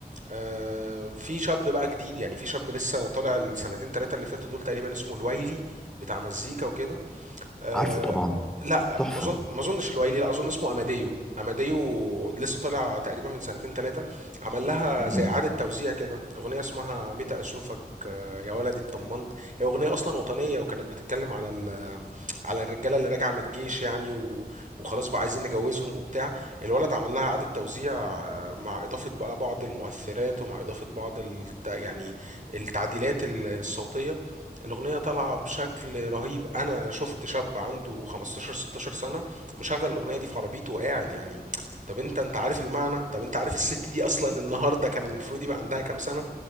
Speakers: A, on the right; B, in the centre.
A: آه، في شاب بقى جديد يعني في شاب لسه طالع السنتين ثلاثه اللي فاتوا دول تقريبا اسمه الويلي بتاع مزيكا وكده آه،
B: عارفه طبعا
A: لا
B: تحفة
A: ما اظن ما اظنش الويلي لا اظن اسمه اماديو اماديو لسه طالع تقريبا من سنتين ثلاثه عمل لها
B: مم.
A: زي اعاده توزيع كده اغنيه اسمها متى اشوفك آه، يا ولدي اتطمنت هي اغنيه اصلا وطنيه وكانت بتتكلم على ال- على الرجاله اللي راجعه من الجيش يعني و- وخلاص بقى عايزين نجوزهم وبتاع الولد عمل لها اعاده توزيع آه، مع اضافه بقى بعض المؤثرات ومع اضافه بعض الت... يعني التعديلات الصوتيه الأغنية طالعة بشكل رهيب أنا شفت شاب عنده 15 16 سنة مشغل الأغنية دي في عربيته وقاعد يعني طب أنت أنت عارف المعنى طب أنت عارف الست دي أصلا النهاردة كان المفروض يبقى عندها كام سنة